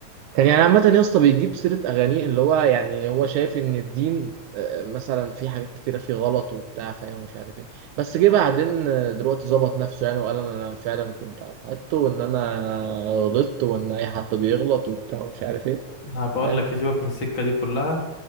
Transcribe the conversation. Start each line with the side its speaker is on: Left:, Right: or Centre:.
Right: كان يعني عامه يا اسطى بيجيب سيره اغانيه اللي هو يعني هو شايف ان الدين آه، مثلا في حاجات كتيره فيه غلط وبتاع فاهم ومش عارف ايه بس جه بعدين آه، دلوقتي ظبط نفسه يعني وقال انا فعلا كنت على حقيقته وان انا غلطت وان اي حد بيغلط وبتاع ومش عارف ايه
Left: هبقول
Right: فاهم
Left: لك يسيبك من السكة دي كلها